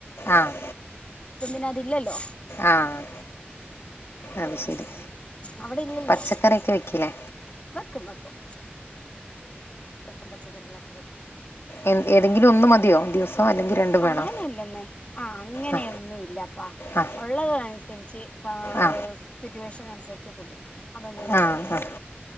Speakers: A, on the left (about 90°); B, on the left (about 30°).
A: ആഹ്
B: ഇപ്പം പിന്ന അതില്ലല്ലോ
A: ആഹ് അത് ശരി
B: അവിടെ ഇല്ലല്ലോ
A: പച്ചക്കറിയൊക്കെ വെക്കീലെ
B: വെക്കും വെക്കും വെക്കും പച്ചക്കറികളോക്കെ വെക്കും
A: ഏ ഏതെങ്കിലും ഒന്ന് മതിയോ ദിവസം അല്ലെങ്കിൽ രണ്ടും വേണോ
B: അങ്ങനല്ലെന്നെ ആ അങ്ങനെ
A: ആ
B: ഒന്നൂല്ലാപ്പാ
A: ആ
B: ഒള്ളത് തിരിച്ച് <unintelligible>
A: ആ
B: സിറ്റുവേഷനനുസരിച്ച് പൊട്ടി അതൊന്നും
A: ആ
B: വിഷയല്ല
A: ആ
B: നമുക്ക്